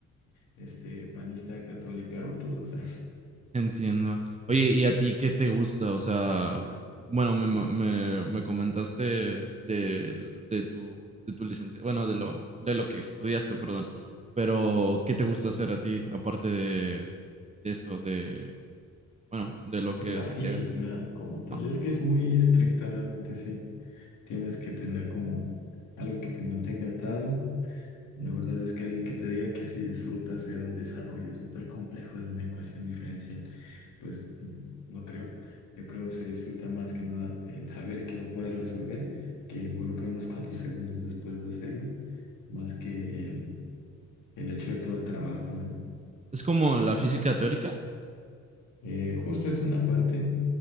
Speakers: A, on the left (about 80°); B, on the right (about 20°).
A: este, panista católica ortodoxa,
B: Entiendo. Oye, ¿y a ti qué te gusta? O sea, bueno, me, me, me comentaste de, de tu, de tu licencia, bueno, de lo, de lo que estudiaste, perdón, pero ¿qué te gusta hacer a ti aparte de, de eso, de, bueno, de lo
A: de
B: que
A: la
B: saqué?
A: física como tal.
B: No,
A: Es que es muy estricta realmente, sí. Tienes que tener como algo que te mantenga atado. La verdad es que alguien que te diga que así disfrutas hacer un desarrollo súper complejo de una ecuación diferencial, pues mm, no creo. Yo creo que se disfruta más que nada el saber que lo puedes resolver, que involucra unos cuantos segundos después de hacerlo más que el, el hecho de todo el trabajo, ¿no?
B: es como
A: Eh,
B: la física teórica.
A: eh, justo es una parte,